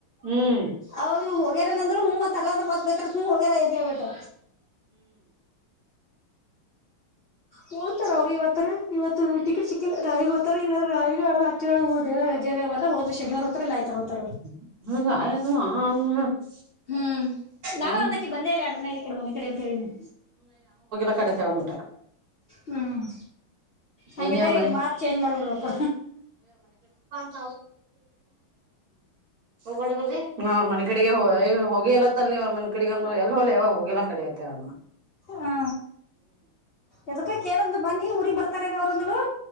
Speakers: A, on the right; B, on the left.
A: ಹ್ಮ್
B: ಅವಾಗನು ಹೋಗ್ಯಾರೆನಂದಳು ಹೂ ತರ ಅಂದ್ರ ಮತ್ ಬೈತಾರಂತ್ ಹೂ ಹೋಗ್ಯಾರ ಅಂತ ಹೇಳ್ಬಿಟ್ಟು. ಹೂ <unintelligible> ಅವರು ಇವತ್ತರೆ ಇವತ್ ತು ಟಿಕೆಟ್ ಸಿಕ್ಕಿಲ್ಲ ನಾಳಿಗ್ ಹೋತಾರೆ ಇಲ್ಲ ನಾಳೆ ನಡ್ದ ಆಚೆನಡ್ದ ರಾಜೇದವಲ ಓದ್ರೆ ಶನಿವಾರ ಹೋತರ್ ಇಲ್ಲ ನಾಳಿತಾರ್ ಹತಾರ್.
A: <unintelligible>
B: ಹ್ಮ್ ಯಾರ
A: ಹ್ಮ್
B: ಒಂದಕಿ ಬಂದೆಯಿಲ್ ಎಲ್ಡ್ ದಿನ ಇಕಡೆ ಮನೆ ಕಡೆ ಅಂತ ಹೇಳಿನಿ.
A: ಕಡ ತಗಂಬೂಟಾ.
B: ಹ್ಮ್. ಹಂಗಿದ್ದಾಗ
A: ಏ ನೀವ್ರ ಮನೆ
B: ಇವ್ರ್ ಮಾತ್ ಚೇಂಜ್ ಮಾಡ್ಬಿಡ್ಬೇಕು.
A: <unintelligible> ಹೂ ಅವ್ರ ಮನೆ ಕಾಡಿಗೆ ಹೊ ಹೋಗಿಯಾಲಾತ್ಲ್ ನೀವು ಅವ್ರ ಮನಿ ಕಡಿಗೆ ಎಲ್ಲೋಗ್ಲಿ ಹೇಳವಾ ಹೋಗಿಲ್ಲ ಅಕಾಡಿ ತ್ <unintelligible> ಮ.
B: ಹಾ ಎದಕ್ಕ ಕೇಳಂದ್ಲು ಬಂದ್ನಿ ಊರಿಗ್ ಬರ್ತಾರೇನ ಅವ್ರು ಅಂದುಳು.